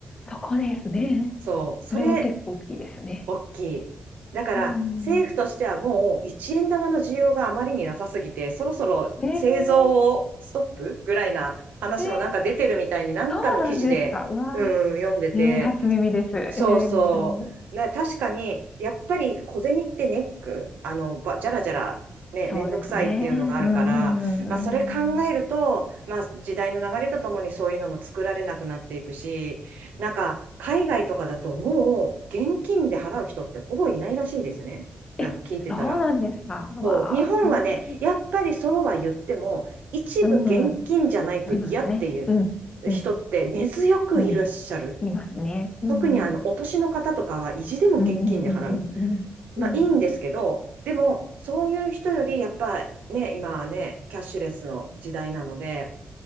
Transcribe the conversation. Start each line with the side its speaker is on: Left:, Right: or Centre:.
Left: そこですね。
Right: そう。それ、
Left: それは結構大きいですよね。
Right: 大きい。だから、
Left: うん。
Right: 政府としてはもう一円玉の需要があまりになさすぎて、そろそろ製造をストップぐらいな話もなんか出てるみたいに、
Left: ええええ
Right: なんかの記事で、
Left: そうなんですか。うわ
Right: うん、読んでて、
Left: ー、えー初耳です。えー面白い。
Right: そうそう。ね確かに、やっぱり小銭ってネックあの、ば、じゃらじゃら、ね、
Left: そうですね。
Right: めんどくさいっていうのがあるから、
Left: うん、う
Right: まあ、それ考えると、
Left: ん、うん。
Right: まあ、時代の流れとともにそういうのも作られなくなっていくし、なんか、海外とかだともう、現金で払う人ってほぼいないらしいですね。なんか聞いてたら。
Left: え、そうなんですか。うわあ、
Right: そう、日本はね、
Left: そんなに。
Right: やっぱりそうは言っても、一部現金じゃないと嫌っていう
Left: うん、ありますね。うん、うん、
Right: 人って根強くいらっしゃる。
Left: うん、いますね。うん、
Right: 特にあの、お年の方とかは意地でも現金で払う。
Left: うん、うん、うん、うん、うん、
Right: まあいいんですけど、
Left: うん、
Right: でも、そういう人より、やっぱね、今はね、キャッシュレスの時代なので、